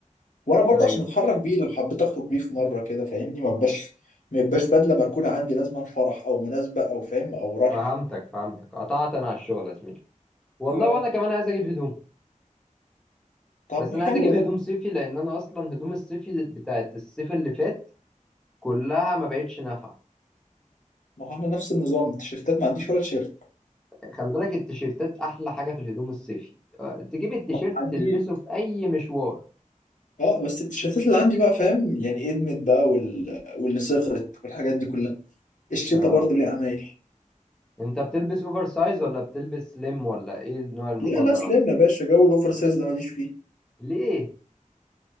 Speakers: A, on the left; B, in the centre.
A: وانا برضه
B: ايوه
A: عشان اتحرك بيه لو حبيت اخرج بيه في مره كده فاهمني ما بقاش ما يبقاش بدله مركونه عندي لازما فرح او مناسبه او فاهم او رايح
B: فهمتك فهمتك قطعت انا على الشغل يا زميلي والله
A: اه
B: وانا كمان عايز اجيب هدوم
A: طب
B: بس
A: ما
B: انا
A: حلو
B: عايز اجيب
A: ده
B: هدوم صيفي لان انا اصلا هدوم الصيفي بتاعت الصيف اللي فات كلها ما بقتش نافعه
A: ما هو انا نفس النظام التيشيرتات ما عنديش ولا تيشيرت
B: خلي بالك التيشيرتات احلى حاجه في الهدوم الصيفي آه، تجيب التيشيرت
A: ما عنديش
B: تلبسه في اي مشوار
A: اه بس التيشيرتات اللي عندي بقى فاهم يعني ادمت بقى وال... واللي صغرت والحاجات دي كلها الشتا
B: اه
A: برضو ليه عمايل
B: انت بتلبس اوفر سايز ولا بتلبس سليم ولا ايه النوع المفضل
A: لا لا سلام
B: عندك
A: يا باشا جو الاوفر سايز ده ماليش فيه
B: ليه